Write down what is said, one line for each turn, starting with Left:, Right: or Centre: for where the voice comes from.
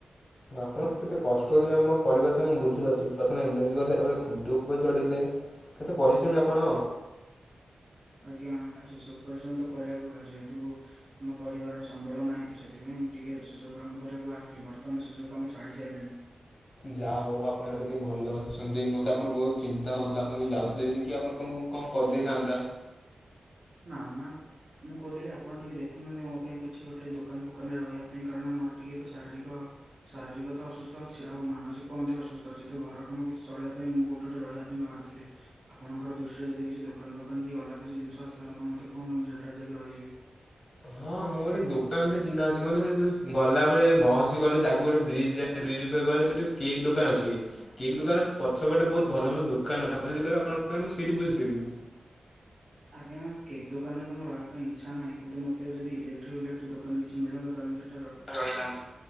Left: ଆପଣ କେତେ କଷ୍ଟ ହଉଛନ୍ତି ଆମ ପରିବାର ପାଇଁ ମୁଁ ବୁଝିପାରୁଛି ପ୍ରଥମେ ଏନ୍ ଏସ୍ ଗଲେ ତାପରେ ଖୁଣ୍ଟି ଉପରେ ଚଢିଲେ। କେତେ ପରିଶ୍ରମୀ ଆପଣ?
Right: ଆଜ୍ଞା ସବୁ ପରିଶ୍ରମ ତ କରିବାକୁ ପଡିବ ଯେହେତୁ ଆମ ପରିବାରର ସମ୍ବଳ ନାହିଁ ତ ସେଥିପାଇଁ ମୁଁ ଟିକେ ସେ ସବୁ କାମ କରିବାକୁ ବାହାରିଥିଲି ବର୍ତ୍ତମାନ ସେସବୁ କାମ ଛାଡ଼ି ସାରିଲେଣି।
Left: ଯାହା ହଉ ଆପଣ ଏବେ ଟିକେ ଭଲ ଅଛନ୍ତି ମୋତେ ଆପଣଙ୍କୁ ବହୁତ ଚିନ୍ତା ହଉଥିଲା ଆପଣ ଯଉ ଯାଉଥିଲେ ଯଦି କି ଆପଣ ଙ୍କୁ କଣ କରିଦେଇଥାନ୍ତା?
Right: ନା ନା। ମୁଁ କହୁଥିଲି ଆପଣ ଟିକେ ଦେଖୁନାହାନ୍ତି ମୋ ପାଇଁ କିଛି ଗୋଟେ ଦୋକାନ ଫୋକାନରେ ରହିବା ପାଇଁ କାରଣ ମୋର ଟିକେ ଏବେ ଶାରୀରିକ ଶାରୀରିକ ତ ଅସୁସ୍ଥ ଅଛି ଆଉ ମାନସିକ ମଧ୍ୟ ଅସୁସ୍ଥ ଅଛି ତ ଘର କାମ କିଛି ଚଳିବା ପାଇଁ କୋଉଠି ଗୋଟେ ରହିବା ବାହାରୁଥିଲେ ଆପଣଙ୍କ ଦୃଶ୍ୟ ଯଦି କିଛି ଦୋକାନ ଫୋକାନ କି ଅଲଗା କିଛି ଜିନିଷ ତାହାଲେ ଆପଣ ମତେ କହନ୍ତୁ ମୁଁ ସେଠାରେ ଯାଇକି ରହିିଯିବି।
Left: ହଁ ମୁଁ ଗୋଟେ ଦୋକାନଟେ ଚିହ୍ନା ଅଛି ବଲେ ସେ ଯୋଉ ଗଲାବେଳେ ମହର୍ଷି କଲେଜ ଆଗକୁ ଗୋଟେ ବ୍ରିଜ୍ <unintelligible> ଗୋଟେ କେକ୍ ଦୋକାନ ଅଛି। କେକ୍ ଦୋକାନ ପଛପଟେ ବହୁତ ଭଲ ଭଲ ଦୋକାନ ଅଛି ଆପଣ ଯଦି କହିବେ ଆଣଙ୍କ ପାଇଁ ମୁଁ ସେଇଠି ବୁଝି ଦେବି।
Right: ଆଜ୍ଞା କେକ୍ ଦୋକାନରେ ତୋ ରହିବା ପାଇଁ ଇଚ୍ଛା ନାହିଁ କିନ୍ତୁ ମତେ ଯଦି ଇଲେକ୍ଟ୍ରିକ ବିଲେକ୍ଟ୍ରିକ ଦୋକାନ କିଛି ମିଳନ୍ତା ତାହଲେ ସେ
Left: ରହିଯାଆନ୍ତି।